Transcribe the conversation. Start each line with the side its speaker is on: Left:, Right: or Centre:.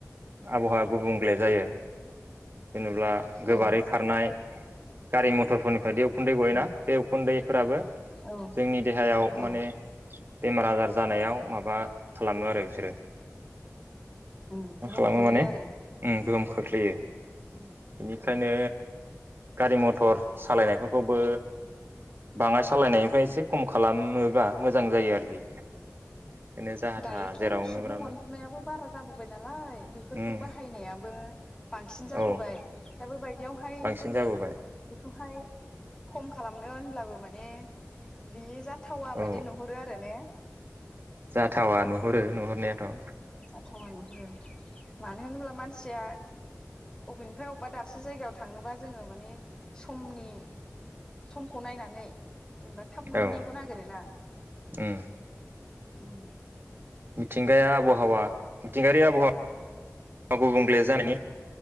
Right: आबहावा गुबुंग्ले जायो जेनेब्ला गोबारै
Left: औ
Right: खारनाय गारि मथरफोरनिफ्राय दि उखुन्दै गयो
Left: औ
Right: ना बे बेफोराबो
Left: औ
Right: जोंनि देहायाव
Left: औ
Right: माने बेमार आजार जानायाव माबा खालामो आरो बिसोरो।
Left: उम
Right: मा
Left: गोहोम
Right: खालामो
Left: खोलैयो
Right: माने
Left: आरो।
Right: उम गोहोम खोख्लैयो।
Left: उम
Right: बेनिखायनो
Left: औ
Right: गारि मथर सालायनायफोरखौबो बाङाय सालायनायनिफ्राय एसे खम खालामोबा मोजां जायो आरोखि। बेनो जाहा
Left: दायोथ'
Right: थाहा जेरावनो
Left: सुबुं
Right: मेरावनो
Left: अनजिमायाबो बारा जाबोबाय नाला लाय बेफोरखौ
Right: उम
Left: बाहायनायाबो बांसिन जाबोबाय
Right: औ
Left: दा बेबायदियावहाय
Right: बांसिन
Left: जोङो
Right: जाबोबाय
Left: बेखौहाय खम खालामनो होनब्लाबो माने बियो जाथावा
Right: औ
Left: बायदि नुहुरो आरो ने?
Right: थावा नुहरो
Left: औ
Right: नुहुरनायाथ'।
Left: जाथावा नुहुरो मानो होनब्ला मानसिया अबेनिफाय अबबा दाबसे जायगायाव थांनोबा जोङो माने समनि समखौ नायनानै जेनेबा थाब मोनहैनायखौ
Right: औ
Left: नागेरोना।
Right: उम
Left: उम
Right: मिथिंगाया आबहावा मिथिंगायारि आबहावा <unintelligible> गुबुंले जानायनि